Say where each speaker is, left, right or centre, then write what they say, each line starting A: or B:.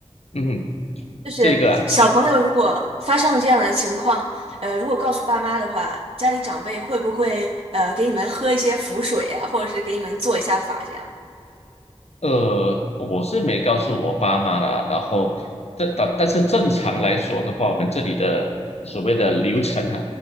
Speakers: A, on the left; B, on the right.
A: 嗯哼。
B: 就是小朋友如果发生了这样的情况，
A: 这个啊，
B: 呃，如果告诉爸妈的话，家里长辈会不会呃给你们喝一些符水呀、或者是给你们做一下法这样？
A: 呃，我是没告诉我爸妈啦。然后，这但但是正常来说的话，我们这里的所谓的流程哈、